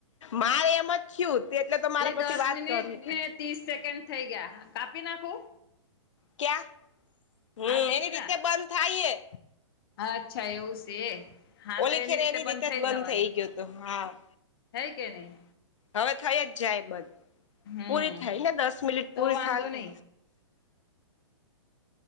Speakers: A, on the left; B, on the left.
A: મારે એમ જ થયું. તે એટલે તો મારા પછી
B: દસ
A: વાત
B: મિનિટ
A: કરવી.
B: ને ત્રીસ સેકન્ડ થઈ ગયા કાપી નાખું.
A: ક્યા હમ્મ
B: આ દેખ
A: એની રીતે
B: ના
A: બંધ થાય એ
B: અચ્છા એવું છે એ હા
A: ઓલી
B: તો એની
A: ખેરે
B: રીતે બંધ થઈ
A: જ
B: જવા દે
A: ગયો હતો હા
B: હે કે નહીં
A: હવે થઈ જ જાય બધ
B: હમ
A: પૂરી થાય ને દસ મિનિટ પૂરી
B: તો વાંધો
A: થાય
B: નહી
A: <inaudible>